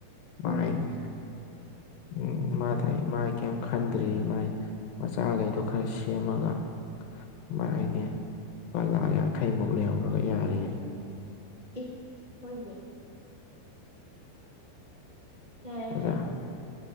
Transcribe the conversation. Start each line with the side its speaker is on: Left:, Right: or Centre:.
Left: ꯃꯥꯥ
Right: ꯎꯝ
Left: ꯍꯥꯏꯅꯤ ꯎꯝ ꯃꯥꯗꯤ ꯃꯥꯥꯏ ꯀꯩꯝ ꯈꯟꯗ꯭ꯔꯦꯌꯦ ꯃꯥꯏ ꯃꯆꯥꯒꯩꯗꯣ ꯈꯔ ꯁꯦꯝꯃꯒ ꯃꯥ ꯍꯥꯏꯅꯦ ꯂꯨꯄꯥ ꯂꯥꯛ ꯌꯥꯡꯈꯩꯃꯨꯛ ꯂꯩꯍꯧꯔꯒ ꯌꯥꯔꯦ
Right: ꯑꯦ ꯍꯣꯏꯅꯦ ꯌꯥꯏꯌꯦ
Left: ꯑꯣꯖꯥ
Right: ꯀꯩꯅꯣ